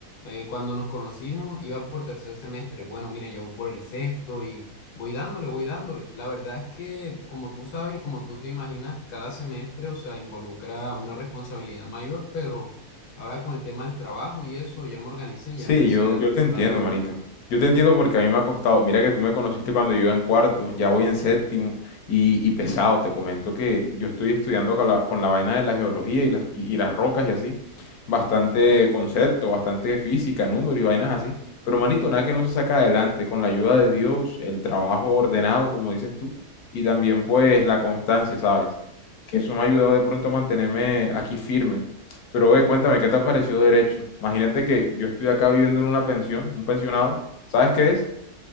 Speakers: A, on the left (about 55°); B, on the left (about 70°).
A: Eh, cuando nos conocimos, iba por tercer semestre. Bueno, mira, yo voy por el sexto y voy dándole, voy dándole. La verdad es que, como tú sabes y como tú te imaginas, cada semestre, o sea, involucra una responsabilidad mayor, pero ahora con el tema del trabajo y eso, ya me organicé,
B: Sí,
A: ya empecé
B: yo,
A: a
B: yo te entiendo,
A: dar las notas.
B: manito. Yo te entiendo porque a mí me ha costado. Mira que tú me conociste cuando yo iba en cuarto, ya voy en séptimo y, y pesado. Te comento que yo estoy estudiando con la, con la vaina de la geología y las, y, y las rocas y así. Bastante concepto, bastante física, número y vainas así. Pero, manito, nada que no se saca adelante con la ayuda de Dios, el trabajo ordenado, como dices tú, y también pues la constancia, ¿sabes? Que eso me ha ayudado de pronto a mantenerme aquí firme. Pero ve, cuéntame, ¿qué te pareció derecho? Imagínate que yo estoy acá viviendo en una pensión, un pensionado, ¿sabes qué es?